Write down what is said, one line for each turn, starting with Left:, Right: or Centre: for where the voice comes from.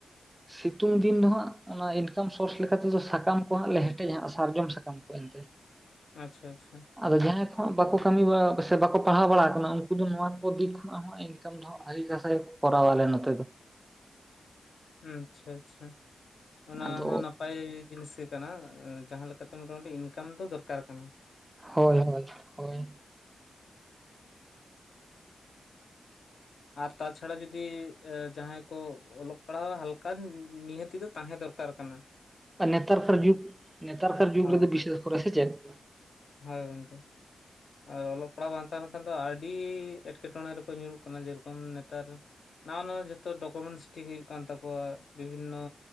Right: ᱥᱤᱛᱩᱝ ᱫᱤᱱ ᱫᱚ ᱦᱟᱸᱜ ᱚᱱᱟ ᱤᱱᱠᱟᱢ ᱥᱳᱨᱥ ᱞᱮᱠᱟ ᱛᱮᱫᱚ ᱥᱟᱠᱟᱢ ᱠᱚ ᱦᱟᱸᱜ ᱞᱮ ᱦᱮᱴᱮᱡᱟ ᱦᱟᱸᱜ ᱥᱟᱨᱡᱚᱢ ᱥᱟᱠᱟᱢ ᱠᱚ ᱮᱱᱛᱮ, <unintelligible>
Left: ᱟᱪᱪᱷᱟ ᱟᱪᱪᱷᱟ ᱾
Right: ᱟᱫᱚ ᱡᱟᱦᱟᱸᱭ ᱠᱚ ᱦᱟᱸᱜ ᱵᱟᱠᱚ ᱠᱟᱹᱢᱤ ᱵᱟ ᱥᱮ ᱵᱟᱠᱚ ᱯᱟᱲᱦᱟᱣ ᱵᱟᱲᱟ ᱟᱠᱟᱱᱟ ᱩᱱᱠᱩ ᱫᱚ ᱱᱚᱣᱟ ᱠᱚ ᱫᱤᱠ ᱠᱷᱚᱱᱟᱜ ᱦᱚᱸ ᱤᱱᱠᱟᱢ ᱫᱚ ᱦᱟᱸᱜ ᱟᱹᱰᱤ ᱠᱟᱥᱟᱭ ᱠᱚ ᱠᱚᱨᱟᱣ ᱟᱞᱮ ᱱᱚᱛᱮ ᱫᱚ᱾
Left: ᱟᱪᱪᱷᱟ ᱟᱪᱪᱷᱟ ᱚᱱᱟ
Right: ᱟᱫᱚ
Left: ᱦᱚᱸ ᱱᱟᱯᱟᱭ ᱡᱤᱱᱤᱥ ᱜᱮ᱾ ᱠᱟᱱᱟ ᱡᱟᱦᱟᱸ ᱞᱮᱠᱟᱛᱮ ᱢᱚᱴᱟᱢᱩᱴᱤ ᱤᱱᱠᱟᱢ ᱫᱚ ᱫᱚᱨᱠᱟᱨ ᱠᱟᱱᱟ ᱾
Right: ᱦᱳᱭ ᱦᱳᱭ ᱦᱳᱭ ᱾
Left: ᱟᱨ ᱛᱟᱪᱷᱟᱲᱟ ᱡᱩᱫᱤ ᱡᱟᱦᱟᱸᱭ ᱠᱚ ᱚᱞᱚᱜ ᱯᱟᱲᱦᱟᱣ ᱦᱟᱞᱠᱟ ᱱᱤᱦᱟᱹᱛᱤ ᱫᱚ ᱛᱟᱦᱮᱸ ᱫᱚᱨᱠᱟᱨ ᱠᱟᱱᱟ ᱾
Right: ᱟᱨ ᱱᱮᱛᱟᱨ ᱠᱟᱨ ᱡᱩᱜᱽ ᱱᱮᱛᱟᱨ ᱠᱟᱨ ᱡᱩᱜᱽ
Left: ᱦᱳᱭ
Right: ᱨᱮᱫᱚ ᱵᱤᱥᱮᱥ ᱠᱚᱨᱮ ᱥᱮ ᱪᱮᱫ ᱾
Left: ᱦᱳᱭ ᱜᱚᱝᱠᱮ? ᱟᱨ ᱚᱞᱚᱜ ᱯᱟᱲᱦᱟᱜ ᱵᱟᱝ ᱛᱟᱦᱮᱸᱱ ᱠᱷᱟᱱ ᱫᱚ ᱟᱹᱰᱤ ᱮᱸᱴᱠᱮᱴᱚᱬᱮ ᱨᱮᱠᱚ ᱧᱩᱨᱩᱜ ᱠᱟᱱᱟ ᱡᱮᱨᱚᱠᱚᱢ ᱱᱮᱛᱟᱨ ᱱᱟᱣᱟ ᱱᱟᱣᱟ ᱡᱚᱛᱚ ᱰᱚᱠᱚᱢᱮᱱᱴᱥ ᱴᱷᱤᱠ ᱦᱳᱭᱳᱜ ᱠᱟᱱ ᱛᱟᱠᱚᱣᱟ ᱵᱤᱵᱷᱤᱱᱱᱚ